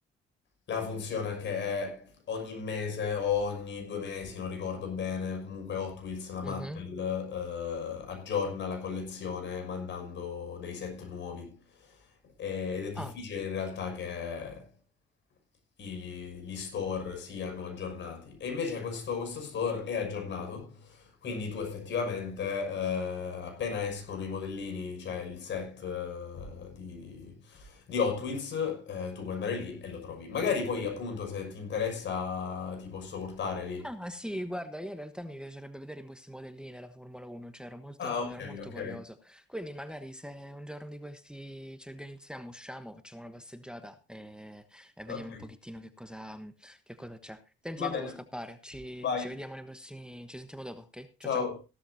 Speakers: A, on the left (about 65°); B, in the centre.
A: la funzione che è ogni mese o ogni due mesi, non ricordo bene, comunque Hot Wheels, la Mattel,
B: Mhm.
A: eh, aggiorna la collezione mandando dei set nuovi. E- Ed è difficile
B: Ah.
A: in realtà che i- gli store siano aggiornati. E invece questo, questo store è aggiornato quindi tu effettivamente, eh, appena escono i modellini, cioè il set eh, di, di Hot Wheels, eh, tu puoi andare lì e lo trovi. Magari poi, appunto, se ti interessa, ti posso portare lì.
B: Ah sì, guarda, io in realtà mi piacerebbe vedere questi modellini della Formula 1, cioè ero molto,
A: Ah, ok,
B: ero molto
A: ok.
B: curioso. Quindi magari se un giorno di questi ci organizziamo, usciamo, facciamo una passeggiata e, e
A: Ok,
B: vediamo un pochettino che cosa, che cosa c'è. Senti,
A: va
B: io devo
A: bene.
B: scappare, ci,
A: Vai.
B: ci vediamo nei prossimi, ci sentiamo dopo, ok? Ciao
A: Ciao.
B: ciao.